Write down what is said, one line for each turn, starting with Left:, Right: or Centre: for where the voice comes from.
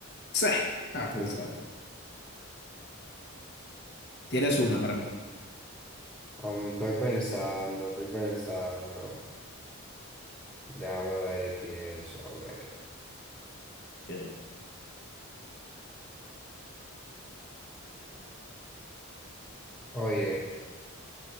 Left: Sí. Ah,
Centre: <laughs>
Left: pues exacto. Tienes una para mí.
Centre: Um, estoy pensando, estoy pensando. Déjame ver y pienso, a ver.
Left: Ok.
Centre: Oye,